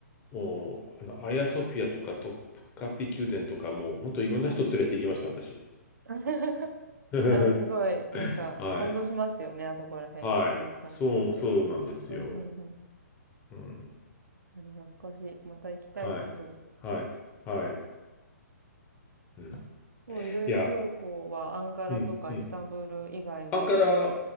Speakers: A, on the left; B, on the right.
A: もう、あの、アヤソフィアとかトカピ宮殿とか、もう本当いろんな人連れて行きました、
B: うんうん。
A: 私。
B: <laughs>
A: <laughs> は
B: あ、でもすごい、なんか、
A: い。
B: 感動しますよね、あそこら辺。
A: はい。
B: めちゃめちゃ綺麗で。
A: そう、そうなんですよ。
B: うん、うん、うん。
A: うん。
B: でも懐かしい。また行きたいです、
A: はい。
B: トルコ。
A: はい。はい。うん。
B: そう、いろいろトルコは、
A: いや、
B: アンカラとかイスタンブール以外も。
A: うん。うん。アンカラ、